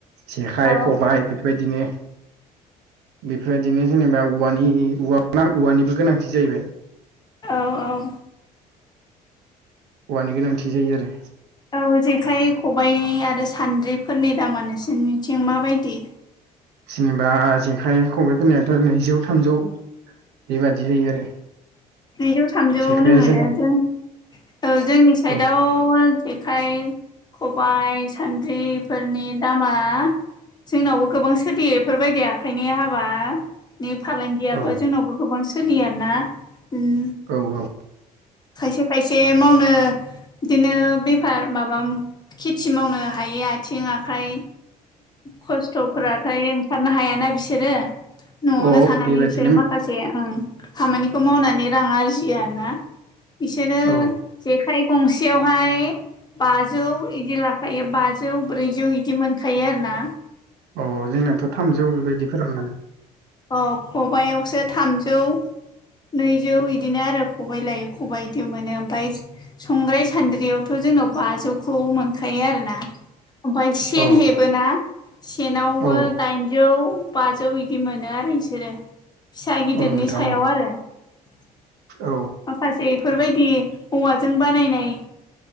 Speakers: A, on the right; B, on the left.
A: जेखाइ
B: औ
A: खबाइ बेफोर बायदिनो बेफोरबायदिनो जेनेबा औवानि औवानिबो गोनांथि जाहैबाय
B: औ औ
A: औवानि गोनांथि जायो आरो
B: औ जेखाइ खबाइ आरो सान्द्रिफोरनि दामा नोंसोरनिथिं माबायदि
A: जेनेबा जेखाइ खबाइ फोरनियाथ नैजौ थामजौ बेबादि जायो आरो
B: नैजौ थामजौआवनो
A: जेखाइआ
B: मोनो
A: जोंना
B: जों ओ जोंनि साइदआव
A: औ
B: जेखाइ खबाइ सान्द्रिफोरनि दामा जोंनावबो गोबां सोलियो इफोरबायदि आखाइनि हाबा नि फालांगियाबो
A: औ
B: जोंनावबो गोबां सोलियाना उम
A: औ औ
B: खायसे खायसे मावनो बिदिनो बेफार माबा खेथि मावनो हायो आथिं आखाइ खस्थ'फोराथाय ओंखारनो हायाना बिसोरो न'आवनो
A: औ
B: थानानै
A: बेबादिनो
B: बिसोर माखासे से ओं खामानिखौ मावनानै रां आरजियो आरो ना बिसोरो
A: औ
B: जेखाइ गंसेयावहाय बाजौ बिदि लाखायो बाजौ ब्रैजौ बिदि मोनखायो आरोना
A: अ जोंनाथ' थामजौ बेबायदि फोरावनो मोनो
B: अ खबाइयावसो थामजौ नैजौ बिदिनो आरो खबाइ लायै खबाइ बिदि मोनो ओमफाय संग्राय सान्द्रियावथ' जोंनाव बाजौखौ मोनखायो आरोना ओमफाय सेन
A: औ
B: हेबोना सेनावबो
A: औ
B: दाइनजौ बाजौ बिदि मोनो आरो बिसोरो फिसा गिदिरनि
A: औ नोंथां
B: सायाव
A: औ
B: आरो माखासे
A: औ
B: इफोरबायदि औवाजों बानायनाय